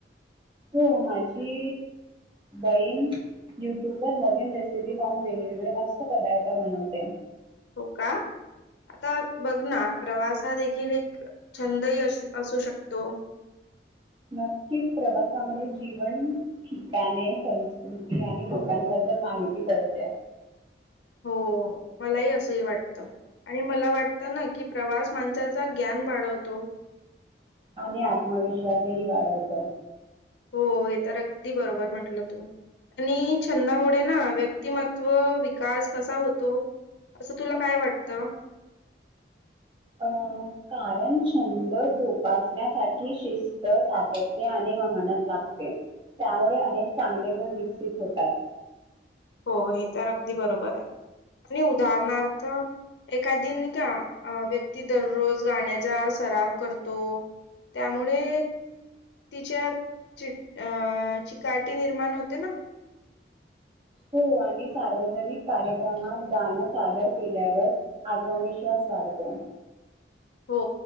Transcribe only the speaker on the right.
हो माझी बहीण युट्यूब वर नवीन रेसिपी पाहून वेगवेगळे मस्त पदार्थ बनवते.
नक्कीच प्रवासामध्ये जीवन ठिकाणे संस्कृती आणि लोकांबद्दल माहिती पडते.
आणि आत्मविश्वासही वाढवतो.
अ कारण छंद जोपासण्यासाठी शिस त सातत्य आणि वहनत लागते त्यामुळे अनेक चांगले गुण विकसित होतात.
हो आणि सार्वजनिक कार्यक्रमात गाणं सादर केल्यावर आत्मविश्वास वाढतो.